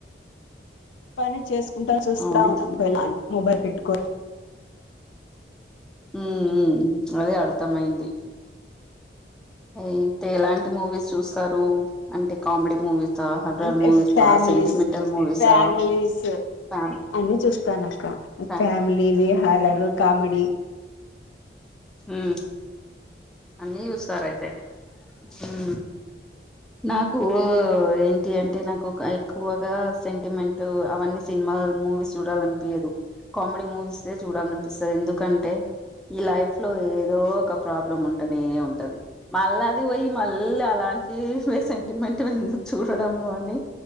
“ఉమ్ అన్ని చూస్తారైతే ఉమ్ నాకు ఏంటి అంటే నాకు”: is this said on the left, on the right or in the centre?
Centre